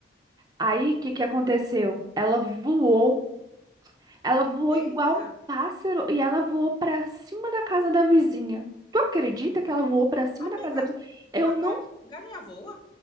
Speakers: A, on the right; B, on the left.
A: Aí, o que que aconteceu? Ela voou Ela voou
B: Eita.
A: igual um pássaro e ela voou pra cima da casa da vizinha. Tu acredita que ela voou pra cima
B: Amiga,
A: da casa da vizinha? Eu não.
B: a gal- galinha voa?